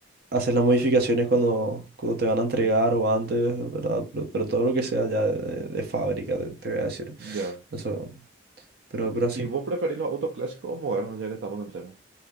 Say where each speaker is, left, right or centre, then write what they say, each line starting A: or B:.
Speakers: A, on the right (about 55°); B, on the right (about 70°).
A: hacer las modificaciones cuando, cuando te van a entregar o antes, ¿verdad? Pero, pero todo lo que sea ya de, de fábrica, te, te voy a decir.
B: ya.
A: Eso, pero, pero así.
B: ¿Y vos preferís los autos clásicos o modernos, ya que estamos en el tema?